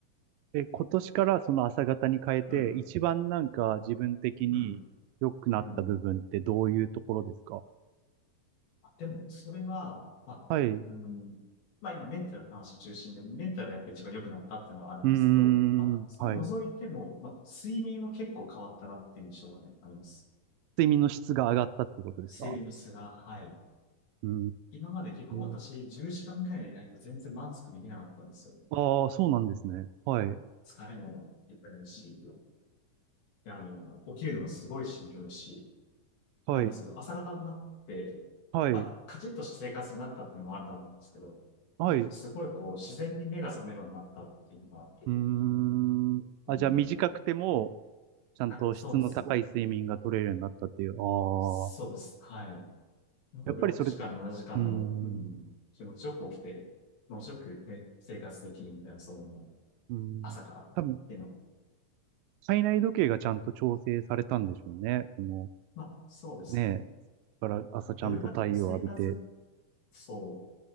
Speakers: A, on the right (about 80°); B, on the left (about 85°).
A: え、今年からその朝方に変えて一番なんか自分的に良くなった部分ってどういうところですか
B: うん、うん、うん。あでも、それは、まあ、
A: はい。う
B: うん、まあ今メンタルの話中心で、メンタルがやっぱ一番良くなったっていうのはあるんですけど、
A: ーん。
B: まあ、それ除いても、
A: はい。
B: まあ、睡眠も結構変わったなっていう印象がね、あります。
A: 睡眠の質が上がったってことですか
B: 睡眠の質が、はい。
A: うー
B: 今まで結構私、
A: ん。
B: 10時間ぐらいでないと全然満足できなかったんですよ。
A: ああ、そうなんですね。はい。
B: 疲れもいっぱいあるし、あの、起きるのがすごいしんどいし、
A: はい。
B: なんですけど、朝方になって、
A: はい。
B: まあ、カチッとした生活になったっていうのもあると思うんですけど、
A: はい。
B: まあ、すごいこう、自然に目が覚めるようになったっていうのが、
A: うーん。あ、
B: うん、
A: じゃあ短くても、ちゃんと質の高い睡眠が取れるようになったっていう。
B: あ、そうです。
A: ああ。
B: そうです。はい。なんか6時間、
A: やっぱりそれ、う
B: 7時間でも、
A: ーん。
B: うん、気持ちよく起きて、気持ちよくね、生活できるみたいな、その、
A: うーん。
B: 朝からっていうのは、
A: 多分、体内時計がちゃんと調整されたんでしょうね。この、
B: まあ、そうですね。
A: ねえ。だから朝ちゃんと太陽を浴びて。
B: 夜型の生活、そう。